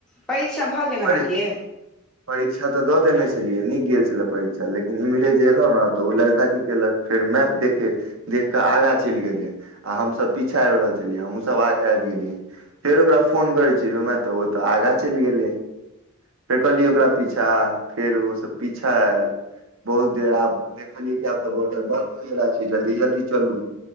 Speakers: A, in the centre; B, on the right (about 70°).
A: परीक्षा भऽ गेल
B: पर
A: अहाँकेँ
B: परीक्षा तऽ दऽ देने छलियै नीक गेल छलै परीक्षा लेकिन इम्हरे जे एयलहु नऽ तऽ उ लड़का की केलक फेर मैप देखे देख कऽ आगा चैल गेलै आ हमसभ पीछा आइब रहल छलियै हमहूँ सभ आग आइब गेलियै फेर ओकरा फोन करे छी रैअ बाइ ओ तऽ आगा चैल गेलै फेर कहलियै ओकरा पीछा आ फेर ओ सब पीछा आयल बहुत देर आब देखलियै कि आब तऽ बॉर्डर बन्द होइ वला छै जल्दी जल्दी चलू